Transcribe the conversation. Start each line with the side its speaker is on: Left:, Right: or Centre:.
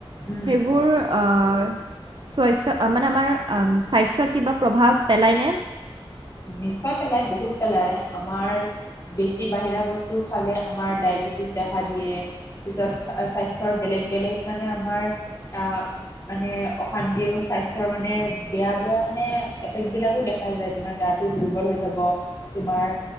Left: উম
Right: সেইবোৰ- স্বাস্থ্য মানে আমাৰ স্বাস্থ্যত কিবা প্ৰভাৱ পেলাই নে?
Left: নিশ্চয় পেলাই, বহুত পেলাই। আমাৰ- বেছি বাহিৰা বস্তু খালে আমাৰ ডায়বেটিছ দেখা দিয়ে। তাৰপিছত স্বাস্থ্যৰ বেলেগ-বেলেগ মানে আমাৰ আঁহ', - মানে অশান্তি আৰু স্বাস্থ্যৰ মানে বেয়া-বেয়া মানে এফেক্টবিলাকো দেখা যায়। তোমাৰ গাটো দুৰ্বল হৈ যাব, তোমাৰ-